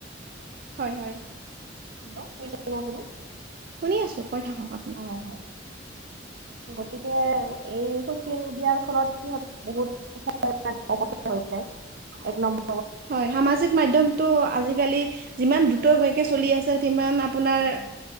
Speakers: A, on the right; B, on the right.
A: হয়, হয়।
B: হে'ল্ল' শুনিছেনে আপুনি?
A: শুনি আছো কৈ থাকক আপ
B: হয়, হয়। গতিকে এই চচিয়েল মিডিয়াৰ ফলত সিহঁত বহুত চ যায় এক নম্বৰ <inaudible>
A: হয়, সামাজিক মাধ্যমতটো আজিকালি যিমান দ্ৰুতকে চলি আছে সিমান আপোনাৰ
B: ঘৰৰ